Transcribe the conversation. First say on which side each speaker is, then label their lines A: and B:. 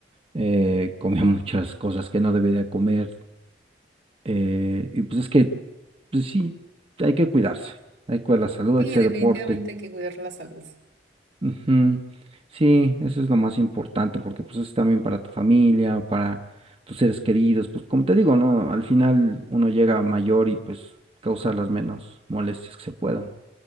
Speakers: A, on the right (about 30°); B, on the right (about 80°).
A: eh, <laughs> comía muchas cosas que no debería comer, eh, y pues es que, pues sí, hay que cuidarse, hay que cuidar la salud,
B: Sí,
A: hay que hacer
B: definitivamente
A: deporte.
B: hay que cuidar la salud.
A: Ujú. Sí, eso es lo más importante, porque pues es también para tu familia, para tus seres queridos, pues como te digo, ¿no? Al final uno llega mayor y pues causa las menos molestias que se puedan.